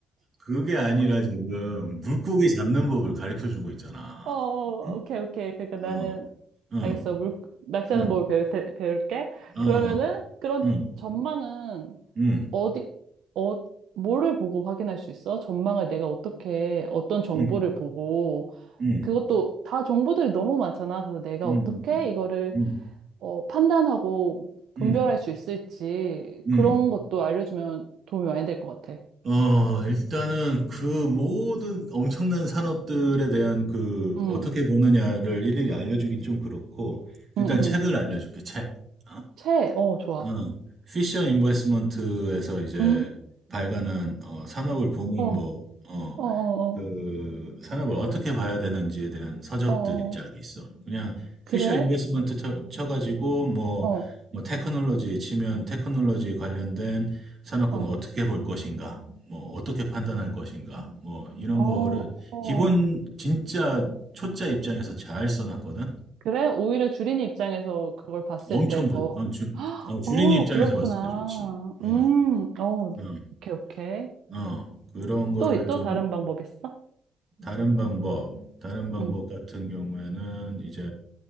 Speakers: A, on the right; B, on the right.
A: 그게 아니라 지금 물고기 잡는 법을 가르쳐 주고 있잖아.
B: <laughs> 어, 어,
A: 응?
B: 오케이, 오케이. 그러니까 나는,
A: 어, 응,
B: 알겠어. 물, 낚시하는
A: 응,
B: 법을 배울, 테- 배울게.
A: 어,
B: 그러면은, 그런
A: 응,
B: 전망은
A: 응,
B: 어디, 어, 뭐를 보고 확인할 수 있어? 전망을 내가 어떻게, 어떤 정보를
A: 응,
B: 보고,
A: 응,
B: 그것도 다 정보들이 너무 많잖아. 그래서 내가
A: 응,
B: 어떻게
A: 응, 응,
B: 이거를
A: 응,
B: 어, 판단하고 분별할
A: 응, 응,
B: 수 있을지
A: 응,
B: 그런 것도 알려주면 도움이 많이 될 것 같아.
A: 어, 일단은 그 모든 엄청난 산업들에 대한 그
B: 응,
A: 어떻게 보느냐를 일일이 알려주긴 좀 그렇고, 일단
B: 응,
A: 책을
B: 응.
A: 알려줄게, 책. 어?
B: 채, 어, 좋아.
A: 음, 피셔 인베스먼트에서 이제
B: 응,
A: 발간한 어, 산업을 보는
B: 어,
A: 뭐, 어,
B: 어, 어,
A: 그 산업을 어떻게 봐야 되는지에 대한 서적들이
B: 어, 어,
A: 쫙
B: 어.
A: 있어. 그냥
B: 그래?
A: 피셔 인베스먼트 쳐, 쳐가지고 뭐,
B: 어,
A: 뭐 테크놀로지 치면 테크놀로지 관련된 산업군을
B: 어,
A: 어떻게 볼 것인가, 뭐 어떻게 판단할 것인가, 뭐 이런
B: 어,
A: 거를
B: 어.
A: 기본 진짜 초짜 입장에서 잘 써놨거든.
B: 그래? 오히려 주린이 입장에서 그걸 봤을
A: 엄청
B: 때
A: 좋,
B: 더,
A: 어, 주,
B: <gasps> 헉,
A: 어, 주린이
B: 어,
A: 입장에서
B: 그렇구나.
A: 봤을 때 좋지. 어.
B: 음, 어,
A: 음,
B: 오케이, 오케이.
A: 어, 그런 거를
B: 또, 또
A: 좀
B: 다른 방법 있어?
A: 다른 방법, 다른 방법
B: 응,
A: 같은 경우에는 이제